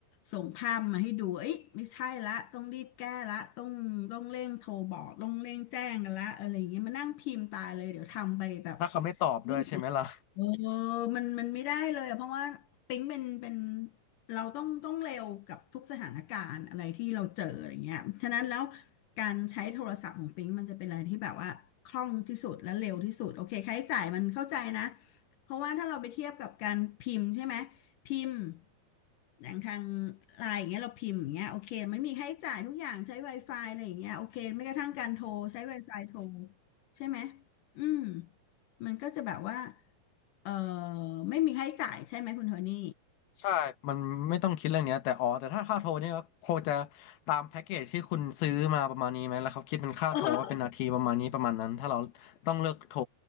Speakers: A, on the left; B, on the left.
A: ส่งภาพมาให้ดูเอ้ยไม่ใช่ละต้องรีบแก้ละต้องต้องเร่งโทรบอกต้องเร่งแจ้งกันละอะไรอย่างเงี้ยมานั่งพิมพ์ตายเลยเดี๋ยวทำไปแบบ
B: ถ้าเขาไม่ตอบด้วยใช่ไหมล่ะ
A: ไม่มีเออมันมันไม่ได้เลยอะเพราะว่าปิ๊งเป็นเป็นเราต้องต้องเร็วกับทุกสถานการณ์อะไรที่เราเจออะไรเงี้ยฉะนั้นแล้วการใช้โทรศัพท์ของปิ๊งมันจะเป็นอะไรที่แบบว่าคล่องที่สุดและเร็วที่สุดโอเคค่าใช้จ่ายมันเข้าใจนะเพราะว่าถ้าเราไปเทียบกับการพิมพ์ใช่ไหมพิมพ์อย่างทางไลน์อย่างเงี้ยเราพิมพ์อย่างเงี้ยโอเคมันมีค่าใช้จ่ายทุกอย่างใช้ Wi-Fi อะไรอย่างเงี้ยโอเคไม่กระทั่งการโทรใช้ Wi-Fi โทรใช่ไหมอืม มันก็จะแบบว่าเออไม่มีค่าใช้จ่ายใช่ไหมคุณโทนี่
B: ใช่มันไม่ต้องคิดเรื่องเนี้ยแต่อ๋อแต่ถ้าค่าโทรเนี่ยก็คงจะตามแพ็กเกจที่คุณซื้อมาประมาณนี้ไหมแล้วเขาคิดเป็นค่าโทรว่าเป็นนาทีประมาณนี้ประมาณนั้นถ้าเรา
A: เออ
B: ต้องเลือกโทร